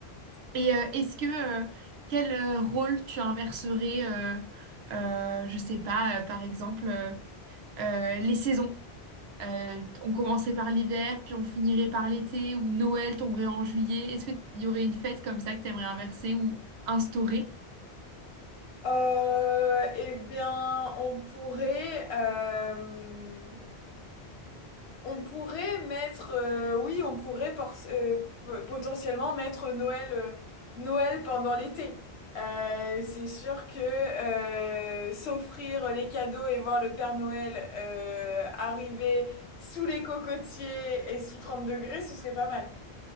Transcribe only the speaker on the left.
Euh, eh bien, on pourrait. euh, On pourrait mettre, euh, oui, on pourrait por- euh, p- potentiellement mettre Noël, euh, Noël pendant l'été. Euh, c'est sûr que euh, s'offrir les cadeaux et voir le Père Noël euh, arriver sous les cocotiers et sous 30 degrés, ce serait pas mal.